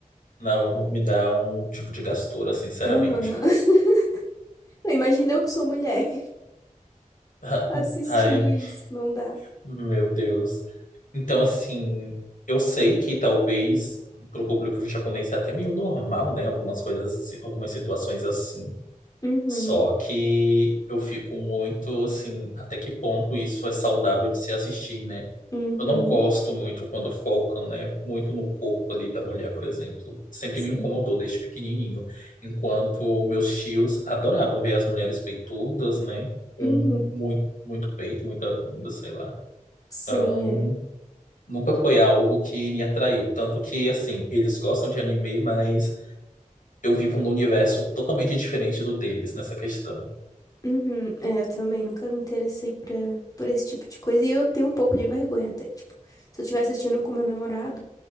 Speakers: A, on the left (about 70°); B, on the left (about 25°).
A: não, me dá um tipo de gastura, sinceramente.
B: Aham. <laughs> Imagina eu que sou mulher <laughs>
A: Ah,
B: assistindo
A: Ai.
B: isso. Não dá.
A: Meu Deus. Então, assim, eu sei que talvez para o público japonês é até meio normal, né? Algumas coisas, algumas situações assim.
B: Uhum.
A: Só que eu fico muito assim, até que ponto isso é saudável de se assistir, né?
B: Uhum.
A: Eu não gosto muito quando focam, né? Muito no corpo ali da mulher, por exemplo. Sempre
B: Sim.
A: me incomodou desde pequenininho. Enquanto meus tios adoravam ver as mulheres peitudas, né? Com
B: Uhum.
A: muito, muito peito, muita bunda, sei lá.
B: Sim,
A: Então,
B: é.
A: nunca foi algo que me atraiu. Tanto que, assim, eles gostam de anime, mas eu vivo num universo totalmente diferente do deles nessa questão.
B: Uhum. É, eu também nunca me interessei pra, por esse tipo de coisa. E eu tenho um pouco de vergonha até. Tipo, se eu estiver assistindo com meu namorado,